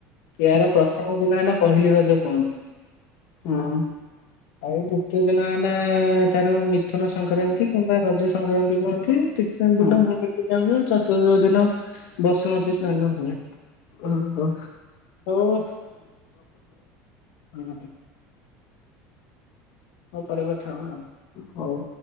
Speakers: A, on the left; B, on the left.
A: ଏହାର ପ୍ରଥମ ଦିନ ହେଲା ପହିଲି ରଜ କୁହନ୍ତି।
B: ହଁ।
A: ଆଉ ଦ୍ଵିତୀୟ ଦିନ ହେଲା ତାର ମିଥୁନ ସଂକ୍ରାନ୍ତି କିମ୍ବା ରଜ ସଂକ୍ରାନ୍ତି କୁହନ୍ତି। ତିନ
B: ହୁଁ
A: ଦିନ ଭୁମି ପୂଜା ହୁଏ ଚତୁର୍ଥ ଦିନ ବସୁମତୀ ସ୍ନାନ ହୁଏ।
B: ଓ ହୋ।
A: ହୋଉ ହଁ। ହୋଉ ପରେ କଥା ହବା ଆଉ।
B: ହଉ।